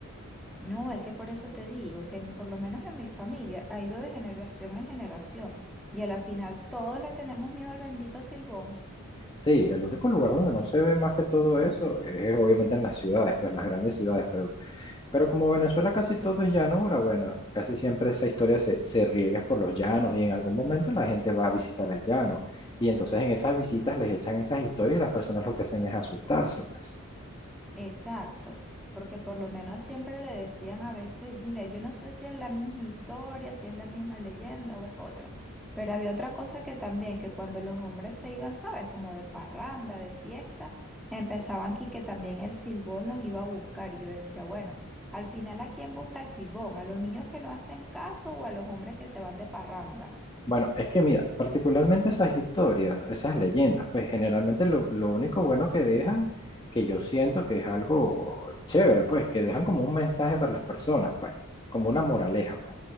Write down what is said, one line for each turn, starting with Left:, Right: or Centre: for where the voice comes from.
Centre: No, es que por eso te digo que en- por lo menos en mi familia ha ido de generación en generación y a la final todos le tenemos miedo al bendito Silbón.
Left: Sí, el único lugar donde no se ve más que todo eso es obviamente en las ciudades, pues en las grandes ciudades, pero Pero como Venezuela casi todo es llanura, bueno, casi siempre esa historia se, se riega por los llanos y en algún momento la gente va a visitar el llano. Y entonces en esas visitas les echan esas historias y las personas lo que hacen es asustarse, pues.
Centre: Exacto, porque por lo menos siempre le decían a veces, mira, yo no sé si es la misma historia, si es la misma leyenda o es otro, pero había otra cosa que también, que cuando los hombres se iban, ¿sabes? Como de parranda, de fiesta, empezaban aquí que también el silbón los iba a buscar y yo decía, bueno, al final ¿a quién busca el silbón? ¿A los niños que no hacen caso o a los hombres que se van de parranda?
Left: Bueno, es que mira, particularmente esas historias, esas leyendas, pues generalmente lo, lo único bueno que dejan, que yo siento que es algo chévere, pues que dejan como un mensaje para las personas, pues, como una moraleja, pues.